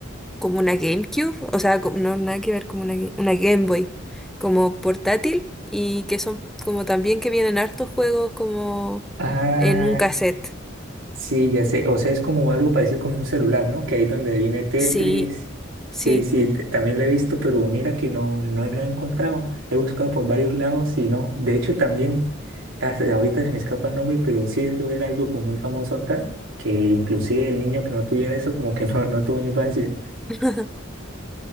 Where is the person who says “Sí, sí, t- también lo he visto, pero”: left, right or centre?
Right